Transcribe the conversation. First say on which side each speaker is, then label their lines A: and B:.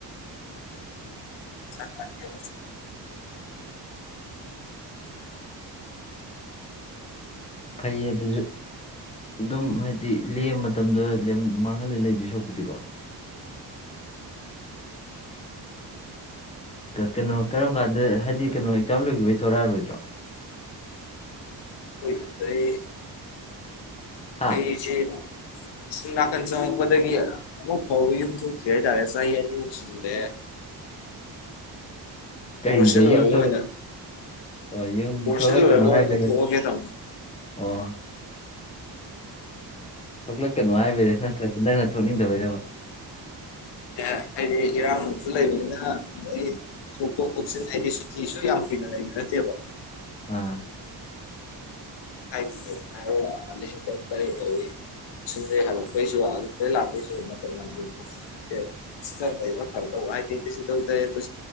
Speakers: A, on the left; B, on the left.
A: ꯍ
B: ꯐꯩꯌꯦ ꯑꯗꯨꯁꯨ ꯑꯗꯨꯝ ꯍꯥꯏꯗꯤ ꯂꯦꯝꯕ ꯃꯇꯝꯗ ꯃꯥꯡꯍꯜꯂ ꯂꯩꯗꯣꯏ ꯁꯣꯛꯄꯨꯗꯤꯀꯣ ꯀꯩꯅꯣ ꯀꯔꯝ ꯀꯥꯟꯗ ꯍꯥꯏꯗꯤ ꯀꯩꯅꯣ ꯑꯦꯛꯖꯥꯝ ꯂꯣꯏꯈꯤꯕꯩ ꯊꯣꯔꯛꯑꯔꯣꯏꯗ꯭ꯔꯣ
A: ꯑꯩꯗ ꯑꯩ
B: ꯍꯥ
A: ꯑꯩ ꯆꯦ ꯁꯨꯝ ꯅꯥꯀꯟ ꯆꯪꯉꯛꯄꯗꯒꯤ ꯑꯃꯨꯛ ꯐꯥꯎꯕ ꯌꯨꯝ ꯊꯣꯛꯇ꯭ꯔꯤ ꯍꯥꯏꯇꯥꯔꯦ ꯆꯍꯤ ꯑꯅꯤꯃꯨꯛ ꯁꯤꯜꯂꯦ
B: ꯀꯩꯒꯤꯗ
A: ꯀꯣꯔꯁꯁꯦ ꯂꯣꯏꯔꯒ
B: ꯌꯨꯝꯛ
A: ꯑꯣꯏꯅ
B: ꯍꯣꯏ ꯌꯨꯝ
A: ꯀꯣꯔꯁꯁꯦ
B: ꯊꯣꯛꯂꯛꯀꯅꯣ
A: ꯂꯣꯏꯔꯒ ꯑꯣꯏꯅ
B: ꯍꯥꯏꯕ
A: ꯊꯣꯛꯑꯒꯦ ꯇꯧꯅꯤ
B: ꯑꯣ ꯊꯣꯛꯂꯛꯀꯅꯨ ꯍꯥꯏꯕꯔ ꯅ ꯅꯪꯅ ꯊꯣꯛꯅꯤꯡꯗꯕꯩꯗꯕ
A: ꯑꯦ ꯍꯥꯏꯗꯤ ꯏꯔꯥꯡꯁꯨ ꯂꯩꯕꯅꯤꯅ ꯑꯩꯣꯏ ꯁꯨꯇꯤꯁꯨ ꯌꯥꯝ ꯀꯨꯏꯅꯂꯩꯕ ꯅꯠꯇꯦꯌꯕ
B: ꯑꯥ
A: ꯐꯂꯥꯢꯠ ꯇꯤꯛꯀꯦꯠ ꯍꯥꯏꯔꯦ ꯂꯤꯁꯤꯡ ꯇꯔꯨꯛ ꯇꯔꯦꯠ ꯇꯧꯏ ꯁꯤꯗꯦ ꯍꯜꯂꯛꯄꯩꯁꯨ ꯂꯥꯛꯄꯁꯨ ꯃꯇ ꯂ <unintelligible> ꯁꯤꯗꯥ ꯂꯩꯕꯅ ꯐꯥꯗꯧꯕ ꯍꯥꯏꯗꯤ ꯂꯤꯁꯤꯡ ꯇꯔꯨꯛ ꯇꯔꯦꯠ ꯇꯨ